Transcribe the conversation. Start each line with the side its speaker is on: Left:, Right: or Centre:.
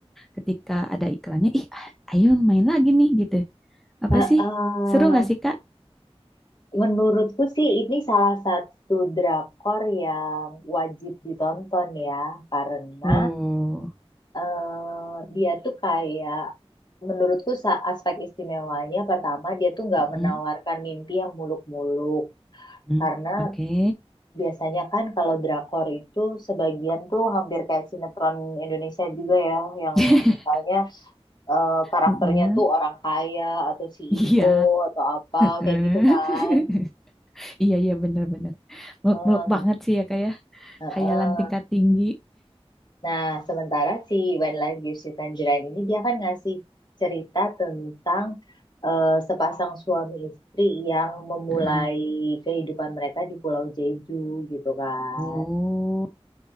Centre: ketika ada iklannya, ih Ayu main lagi nih gitu. Apa
Left: eh,
Centre: sih?
Left: eh.
Centre: Seru nggak sih Kak?
Left: Menurutku sih ini salah satu drakor yang wajib ditonton ya, karena
Centre: Oh,
Left: eh, dia tuh kayak, menurutku sa- aspek istimewanya pertama dia tuh nggak menawarkan
Centre: Mm,
Left: mimpi yang muluk-muluk,
Centre: mm,
Left: karena
Centre: oke.
Left: biasanya kan kalau drakor itu sebagian tuh hampir kayak sinetron Indonesia juga ya, yang
Centre: <laughs>
Left: misalnya eh, karakternya
Centre: Mm,
Left: tuh orang kaya atau CEO
Centre: Iya,
Left: atau apa
Centre: mm.
Left: kayak gitu kan.
Centre: <laughs> iya iya bener-bener muluk-muluk
Left: Eh,
Centre: banget sih ya kayak
Left: eh, eh.
Centre: hayalan tingkat tinggi.
Left: Nah, sementara si When Life Gives You Tangerine ini dia kan ngasih cerita tentang eh, sepasang suami istri yang memulai
Centre: Mm.
Left: kehidupan mereka di Pulau Jeju gitu kan.
Centre: Oh.